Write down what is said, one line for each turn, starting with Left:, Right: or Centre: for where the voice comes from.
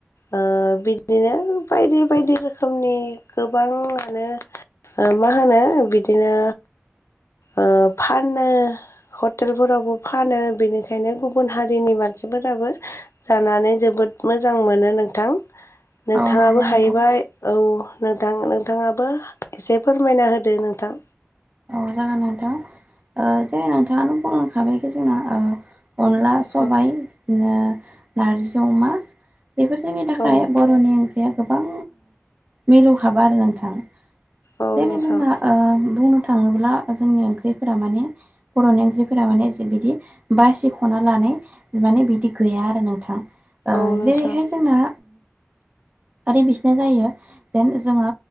Left: ओ बिदिनो बायदि बायदि रोखोमनि गोबाङानो ओ मा होनो बिदिनो ओ फानो। हटेलफोरावबो फानो बेनिखायनो गुबुन हारिनि मानसिफोराबो जानानै जोबोद मोजां मोनो नोंथां नोंथाङाबो
Right: औ नंगौ नोंथां
Left: हाहैबाय औ नोंथां नोंथाङाबो एसे फोरमायना होदो नोंथां।
Right: औ जागोन नोंथां ओ जे नोंथाङानो बुंखाबायखि जोंना अनला सबाइ
Left: औ
Right: बिदिनो नारजि अमा बेफोर जोंनि थाखाय
Left: औ
Right: बर'नि बे गोबां मिलौ हाबा आरो नोंथां
Left: औ
Right: जेरै
Left: नोंथां
Right: जोंना बुंनो थाङोब्ला जोंनि ओंख्रिफोरा माने बर'नि ओंख्रिफोरा माने ज बिदि बासिख'ना लानाय माने बिदि गैया आरो नोंथां
Left: औ नोंथां
Right: जेरैहाय जोंना आरो बिसोरनो जायो जेन जोङो